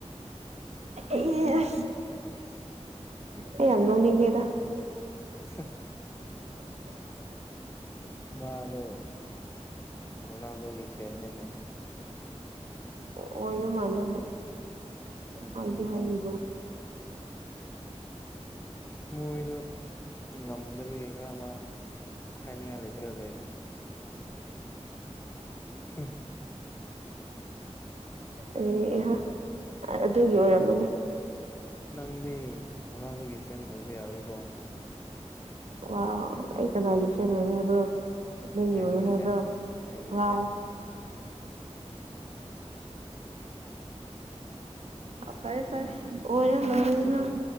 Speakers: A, on the right; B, on the left.
A: ꯑꯦ ꯑꯦ ꯌꯥꯝꯅꯣꯅꯤꯡꯦꯗ
B: <unintelligible>
A: ꯎ
B: ꯃꯥꯗꯣ ꯔꯣꯅꯥꯜꯗꯣꯒꯤ ꯆꯦꯟꯅꯩꯅꯦ
A: ꯑꯣꯏꯕ ꯃꯜ ꯍ ꯍꯗꯤ
B: ꯑꯗꯣ
A: ꯍꯥꯏꯕꯦ
B: ꯃꯥ ꯃꯣꯏꯗ ꯉꯝꯗꯕꯤꯒꯤ ꯈꯔ ꯑꯃ ꯍꯥꯏꯅꯤꯡꯉꯥꯏ ꯂꯩꯇ ꯂꯩ ꯂꯩꯕꯅꯤ ꯍꯝ
A: ꯑꯦ ꯏꯍꯥ ꯑꯗꯨꯒꯤ ꯑꯣꯏꯔꯝꯃꯅꯤ
B: ꯑꯗꯣ ꯅꯪꯗꯤ ꯔꯣꯅꯥꯜꯗꯣꯒꯤ ꯐꯦꯟ ꯑꯣꯏꯕ ꯌꯥꯔꯣꯏꯀꯣ
A: ꯋꯥ ꯑꯩ ꯀꯗꯥ ꯌꯁꯅ ꯍꯥꯏꯕ꯭ꯔꯣ ꯅ ꯑꯣꯏꯣ
B: ꯑꯩꯒꯤ ꯐꯦꯟ
A: ꯍꯥꯏꯕ꯭ꯔꯣ
B: ꯑꯩꯒꯤ
A: ꯋꯥ
B: ꯐꯦꯟ
A: ꯐꯔꯦ ꯐꯔꯦ ꯑꯣꯔ ꯂꯅ